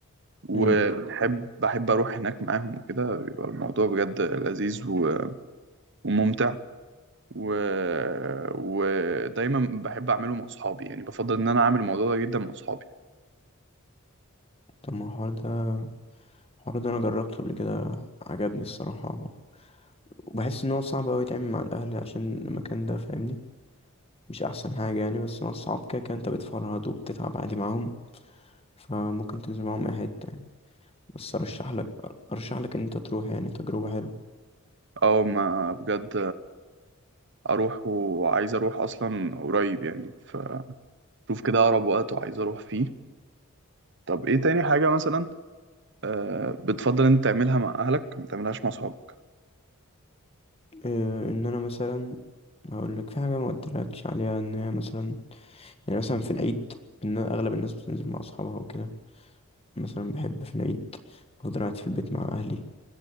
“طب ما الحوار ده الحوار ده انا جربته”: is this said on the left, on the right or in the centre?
Left